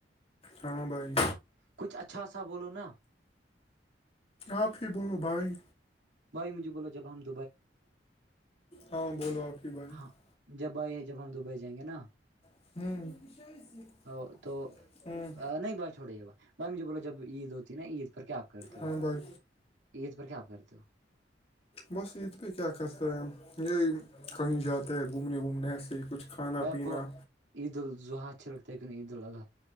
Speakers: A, on the left (about 35°); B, on the right (about 85°).
A: ہاں بھائی
B: کچھ اچھا خاصا بولو نا
A: آپ ہی بولو بھائی
B: بھائیجھے بو جبام <unintelligible>
A: ہاں بولو آپ کی بھائی <unintelligible>
B: ہاں جب آئی ہے جب ہم دبئی جائیں گے نا
A: ہوں <unintelligible>
B: ہ تو <unintelligible>
A: ہوں
B: نہیں بھائی چھوڑے یہ با بھائی مجھے بولو جب عید ہوتی ہے نا عید پر کیا آپ کرتے ہو
A: ہاں بھائی
B: عید پر کیا آپ کرتے ہو
A: بس عید پہ کیا کرتے ہیں یہی کہیں جاتے ہے گھومنے وومنے ایسے ہی کچھ کھانا
B: اپ
A: پینا
B: کو عید الضحی سے ہوتا ہے کہ نہیں عید الاض